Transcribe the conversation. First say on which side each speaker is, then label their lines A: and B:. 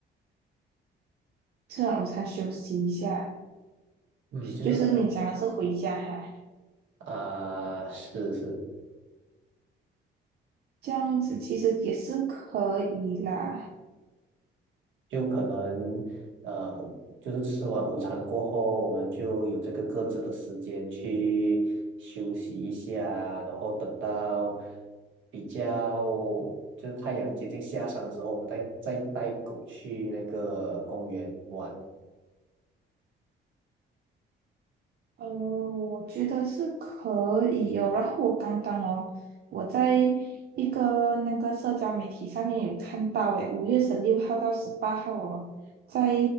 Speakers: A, on the right; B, on the right.
A: 吃完午餐休息一下，
B: 嗯，就是可能
A: 就是你讲的是回家哈，
B: 啊、是是，
A: 这样子其实也是可以啦。
B: 就可能呃，就是吃完午餐过后，我们就有这个各自的时间去休息一下，然后等到比较就是太阳接近下山的时候，我们再再带狗去那个公园玩。
A: 呃，我觉得是可以哦。然后我刚刚哦，我在一个那个社交媒体上面有看到，诶，五月十六号到十八号哦，在